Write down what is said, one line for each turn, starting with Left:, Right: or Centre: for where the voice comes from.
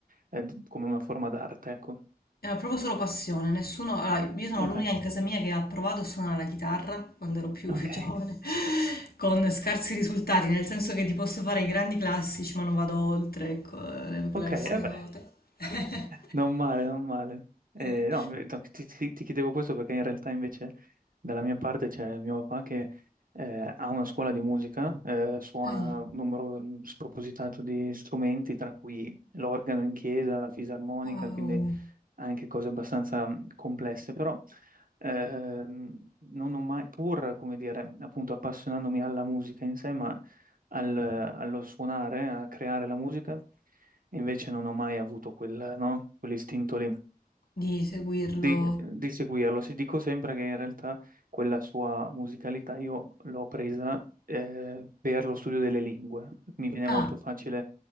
Right: eh, d- come una forma d'arte, ecco.
Left: Era proprio solo passione, nessuno... allora, io sono
Right: Ok,
Left: l'unica in casa mia che ha provato a suonare la chitarra quando ero più
Right: ok,
Left: <laughs> giovane, con scarsi risultati, nel senso che ti posso fare i grandi classici, ma non vado oltre, ecco, le classiche
Right: ok, e beh.
Left: note. <laughs>
Right: Non male, non male. Eh,
Left: Eh,
Right: no, beh, no, ti, ti- ti chiedevo questo perché in realtà invece dalla mia parte c'è mio papà che eh, ha una scuola di musica, eh, suona
Left: Dai,
Right: un numero spropositato di strumenti, tra cui l'organo in chiesa, la fisarmonica,
Left: wow,
Right: quindi anche cose abbastanza mh, complesse, però ehm, non ho mai, pur, come dire, appunto appassionandomi alla musica in sé, ma al- allo suonare, a creare la musica. E Invece non ho mai avuto quel, no? Quell'istinto lì
Left: di seguirlo.
Right: di, di seguirlo. Si dico sempre che in realtà quella sua musicalità io l'ho presa eh, per lo studio delle lingue. Mi viene
Left: Ah,
Right: molto facile